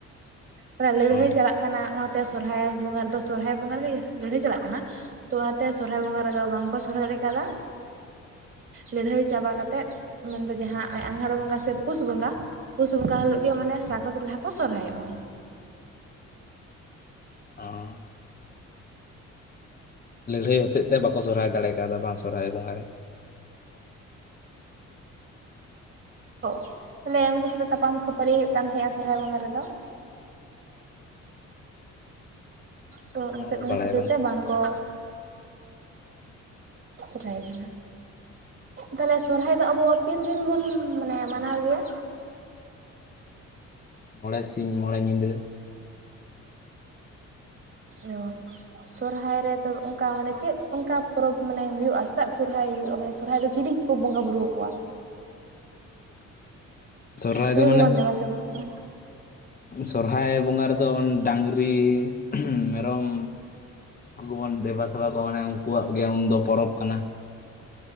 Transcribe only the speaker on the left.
ᱚ
ᱚᱻ ᱞᱟᱹᱲᱦᱟᱹᱭ ᱦᱚᱛᱮᱡ ᱛᱮ ᱵᱟᱠᱚ ᱥᱚᱨᱦᱟᱭ ᱫᱟᱲᱮ ᱠᱟᱣᱫᱟ ᱵᱟᱝ ᱥᱚᱨᱦᱟᱭ ᱵᱚᱸᱜᱟ ᱨᱮ᱾
<inaudible>
ᱚᱱᱟ
ᱫᱚ
ᱵᱟᱲᱟᱭ
ᱵᱟᱹᱱᱩᱜᱼᱟ
ᱢᱚᱬᱮ ᱥᱤᱧ ᱢᱚᱬᱮ ᱧᱤᱫᱟᱹ᱾ <inaudible>
ᱥᱚᱨᱦᱟᱭ
ᱫᱚ
ᱢᱟᱱᱮ
ᱥᱚᱨᱦᱟᱭ ᱵᱚᱸᱜᱟ ᱨᱮᱫᱚ ᱰᱟᱝᱨᱤ ᱢᱮᱨᱚᱢ, ᱩᱱᱠᱩᱵᱚᱱ ᱫᱮᱵᱟ ᱥᱮᱵᱟ ᱠᱚ ᱢᱟᱱᱮ ᱩᱱᱠᱩᱣᱟᱜ ᱜᱮ ᱩᱱ ᱫᱚ ᱯᱚᱨᱚᱵᱽ ᱠᱟᱱᱟ